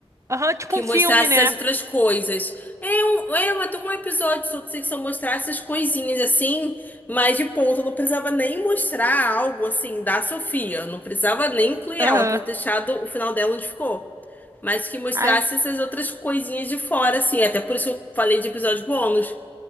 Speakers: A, on the right (about 30°); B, on the left (about 15°).
A: Aham, tipo
B: que
A: um
B: mostrasse
A: filme, né?
B: as outras coisas. É um, é uma, tem um episódio só sobre que só mostrasse essas coisinhas assim, mas de ponto, não precisava nem mostrar algo assim da Sofia, não precisava nem incluir
A: Aham.
B: ela, podia ter deixado o final dela onde ficou. Mas que mostrasse
A: Ai,
B: essas outras coisinhas de fora, assim, até por isso que eu falei de episódio bônus.